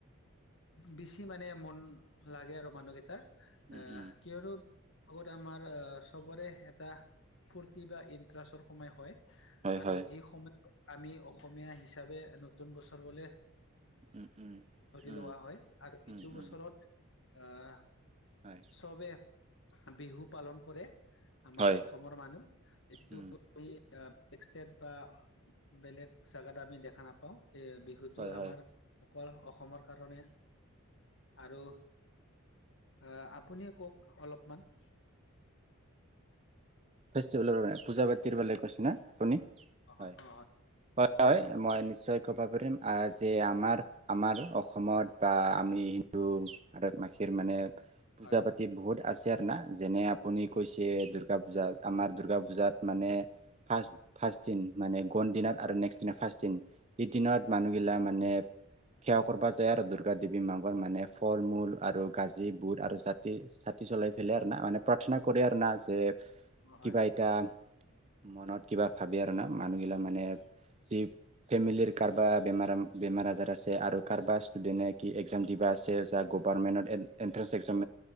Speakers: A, on the left; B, on the right.
A: বেছি মানে মন লাগে আৰু মানুহকেইটাৰ
B: উম
A: আহ
B: উম
A: কিয়নো আগত আমাৰ অ', চবৰে এটা ফূৰ্তি বা ইণ্টাৰেষ্টৰ সময় হয়
B: হয়
A: আৰু
B: হয়
A: ই সময় আমি অসমীয়া হিচাপে নতুন বছৰ বলে
B: উম উম উম
A: লোৱা হয় আৰু
B: উম
A: ইটো বছৰত
B: উম
A: আহ
B: হয়।
A: চবে বিহু পালন কৰে আমাৰ
B: হয়
A: অসম অসমৰ মানুহ <unintelligible>
B: উম
A: বেলেগ জাগাত আমি দেখা নাপাও বিহুটো
B: হয় হয়
A: আমাৰ অকল অসমৰ কাৰণে আৰু আহ আপুনিয়ে কওক অলপমান
B: ফেষ্টিভেলৰে পূজা পাতিৰ বাবে কৈছে না আপুনি
A: অ
B: হয়
A: অ
B: হয় হয় মই নিশ্চয় ক'ব পাৰিম আহ যে আমাৰ আমাৰ অসমত বা আমি হিন্দু বাসীৰ মানে পূজা
A: হয়
B: পাতি বহুত আছে আৰু না যেনে আপুনি কৈছে দূৰ্গা পূজা আমাৰ দুৰ্গা পূজাত মানে ফ্ষ ফাৰ্ষট দিন মানে গন দিনত আৰু নেক্স দিনা ফাৰ্ষট দিন এদিনত মানুহগিলা মানে সেৱা কৰিব যায় আৰু দুৰ্গা দেৱী মাৰ মানে ফল মূল আৰু গাজী বুট আৰু চাকি চাকি জলাই পেলাই আৰু মানে প্ৰাৰ্থনা কৰে আৰু যে
A: অ
B: কিবা
A: হয়
B: এটা মনত কিবা ভাবি আৰু না মানুহগিলাক মানে যি ফেমিলিৰ কাৰবা বেমাৰ আজাৰ আছে আৰু কাৰোবাৰ ষ্টুডেন্টে কি একজাম দিবা আছে গভমেণ্টত এ এণ্ট্ৰেন্ঞ্চ একসাম